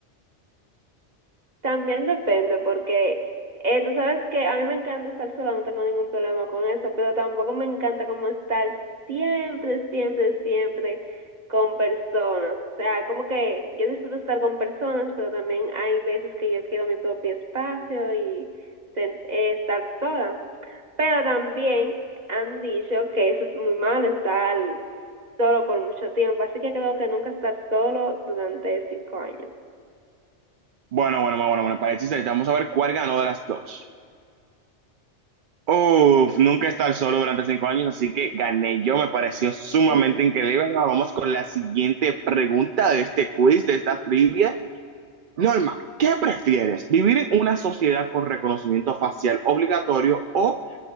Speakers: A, on the right (about 40°); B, on the right (about 60°).
A: También depende, porque eh, tú sabes que a mí me encanta estar sola, no tengo ningún problema con eso, pero tampoco me encanta como estar siempre, siempre, siempre con personas. O sea, como que yo disfruto estar con personas, pero también hay veces que yo quiero mi propio espacio y sen- eh, estar sola. Pero también han dicho que eso es muy malo, estar solo por mucho tiempo, así que creo que nunca estar solo durante cinco años.
B: Bueno, bueno, bueno, bueno, bueno, para el chiste, vamos a ver cuál ganó de las dos. Uf, nunca he estado solo durante cinco años, así que gané yo, me pareció sumamente
A: <laughs>
B: increíble. Ahora vamos con la siguiente pregunta de este quiz, de esta trivia. Norma, ¿qué prefieres? ¿Vivir en una sociedad con reconocimiento facial obligatorio o